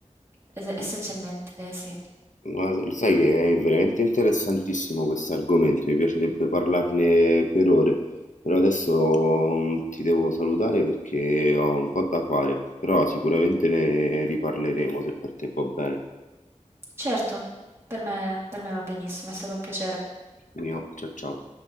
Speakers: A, on the right (about 20°); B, on the left (about 75°).
A: Es- essenzialmente
B: Eh.
A: sì.
B: Guarda, Lo sai che è veramente interessantissimo questo argomento, mi piacerebbe parlarne per ore, però adesso mm, ti devo salutare perché ho un po' da fare, però sicuramente ne riparleremo se per te va bene.
A: Certo, per me per me va benissimo, è stato un piacere.
B: Mio, ciao ciao.